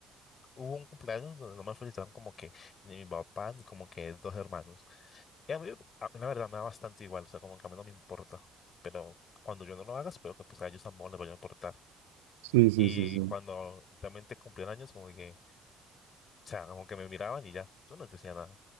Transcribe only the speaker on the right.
Sí, sí,
sí, sí.